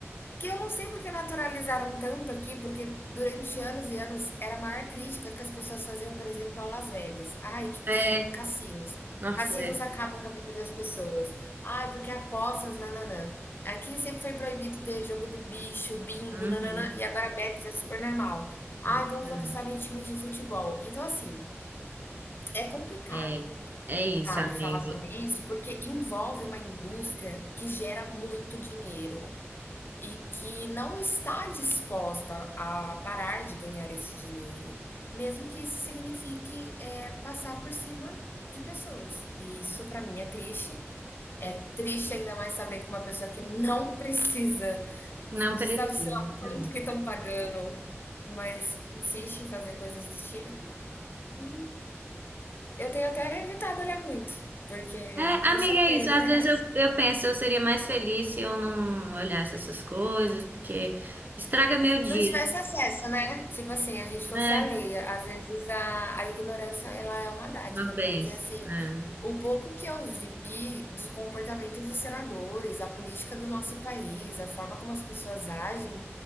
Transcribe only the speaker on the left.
que eu não sei porque naturalizaram tanto aqui, porque durante anos e anos era a maior crítica que as pessoas faziam, por exemplo, a Las Vegas. Ai, tipo
assim, cassinos.
Cassinos
acabam com a vida das pessoas. Ai, porque é apostas, nananã. Aqui sempre foi proibido ter jogo do bicho, bingo,
nananã. E agora bets é super normal. Ai,
vamos apostar em time de futebol. Então, assim, é complicado,
sabe,
falar sobre isso, porque envolve uma indústria que gera muito dinheiro, e que não está disposta a parar de ganhar esse dinheiro, mesmo que isso signifique é, passar por cima de pessoas. E isso para mim é triste. É triste ainda mais saber que uma pessoa que não precisa
de
sabe se lá quanto
que estão pagando, mas insiste em fazer coisas do tipo. E eu tenho até evitado olhar muito, porque
me
chateia
de
verdade.
Não tivesse acesso, né? Tipo assim, a gente fosse
alheia. Às vezes a, a ignorância ela é uma dádiva,
porque assim,
o pouco que eu vi do comportamento dos senadores, a política do nosso país, a forma como as pessoas agem,